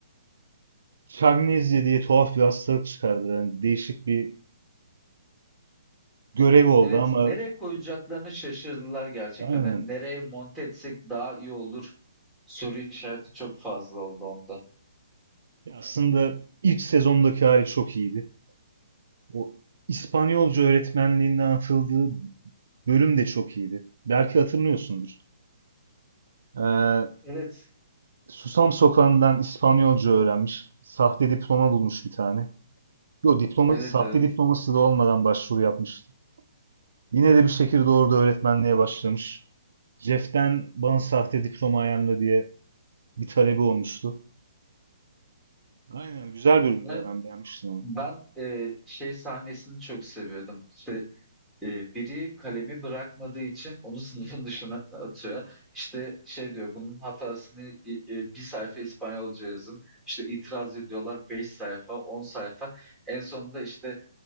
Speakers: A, on the right (about 65°); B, in the centre.
A: Şagnezya diye tuhaf bir hastalık çıkardı. Yani değişik bir görev oldu
B: Evet,
A: ama
B: nereye koyacaklarını şaşırdılar gerçekten.
A: aynen.
B: Hani nereye monte etsek daha iyi olur. Soru işareti çok fazla oldu onda.
A: Ya Aslında ilk sezondaki hali çok iyiydi. O İspanyolca öğretmenliğinden atıldığı bölüm de çok iyiydi. Belki hatırlıyorsundur. Ee,
B: Evet,
A: Susam Sokağı'ndan İspanyolca öğrenmiş. Sahte diploma bulmuş bir tane. Yo diploma,
B: evet,
A: sahte
B: evet.
A: diploması da olmadan başvuru yapmıştı. Yine de bir şekilde orada öğretmenliğe başlamış. Jeff'ten bana sahte diploma ayarla diye bir talebi olmuştu. Aynen güzel bölümdü
B: Ben,
A: ya ben beğenmiştim onu.
B: ben e, şey sahnesini çok seviyordum. İşte Eee, biri kalemi bırakmadığı için onu <laughs> sınıfın dışına atıyor. İşte şey diyor, bunun hatasını i eee, 1 sayfa İspanyolca yazın. İşte itiraz ediyorlar 5 sayfa, 10 sayfa. En sonunda işte,